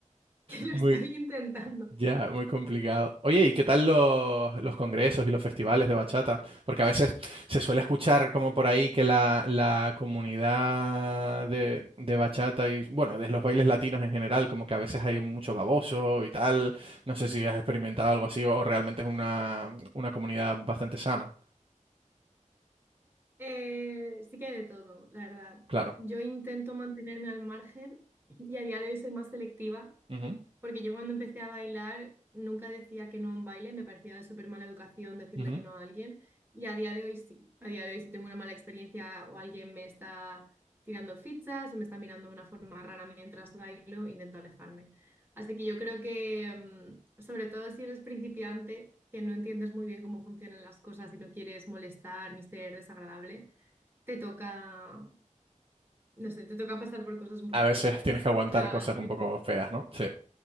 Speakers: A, on the right (about 15°); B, on the right (about 45°).
A: que lo
B: Muy,
A: estoy intentando.
B: Ya, muy complicado. Oye, ¿y qué tal los, los congresos y los festivales de bachata? Porque a veces se suele escuchar como por ahí que la, la comunidad de, de bachata y, bueno, de los bailes latinos en general, como que a veces hay mucho baboso y tal. No sé si has experimentado algo así o, o realmente es una, una comunidad bastante sana,
A: Eh, sí que hay de todo, la verdad.
B: claro.
A: Yo intento mantenerme al margen y a día de hoy soy más selectiva
B: Ujú,
A: Porque yo cuando empecé a bailar nunca decía que no a un baile, me parecía de súper mala educación decirle
B: ujú.
A: que no a alguien. Y a día de hoy sí, a día de hoy si tengo una mala experiencia o alguien me está tirando fichas o me está mirando de una forma rara mientras bailo, intento alejarme. Así que yo creo que, mm, sobre todo si eres principiante, que no entiendes muy bien cómo funcionan las cosas y no quieres molestar ni ser desagradable, te toca, no sé, te toca pasar por cosas un poco
B: A
A: desagradables.
B: veces tienes que aguantar
A: O sea,
B: cosas un
A: no
B: poco
A: sé.
B: feas, ¿no? Sí.